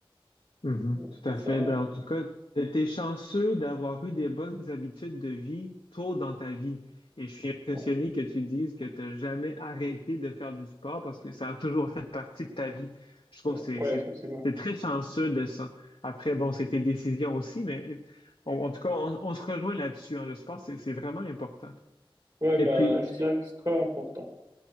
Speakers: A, on the left (about 70°); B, on the right (about 45°).
A: Mhm,
B: Donc,
A: tout
B: C'est
A: à
B: ça.
A: fait. Ben, en tout cas, t'es t'es chanceux d'avoir eu des bonnes habitudes de vie tôt dans ta vie. Et je suis impressionné
B: Ouais,
A: que tu dises que tu n'as jamais arrêté de faire du sport parce que ça a toujours fait partie de ta vie. Je trouve
B: ouais,
A: que c'est,
B: ouais,
A: c'est,
B: effectivement.
A: t'es très chanceux de ça. Après, bon, c'est tes décisions aussi, mais on- en tout cas, on, on se rejoint là-dessus, hein. Le sport, c'est, c'est vraiment important.
B: Ouais,
A: Et
B: ben,
A: puis,
B: je dirais que c'est très important.